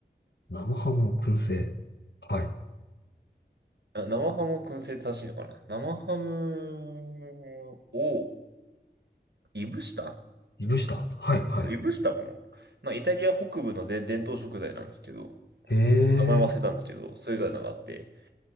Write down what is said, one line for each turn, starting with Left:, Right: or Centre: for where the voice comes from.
Left: 生ハムを燻製。はい。
Right: あ生ハムを燻製って正しいのかな生ハムをいぶした
Left: いぶした。はいはい。
Right: そう、いぶしたもの。なんかイタリア北部ので伝統食材なんですけど、
Left: へえ。
Right: 名前忘れたんですけど、それがなんかあって、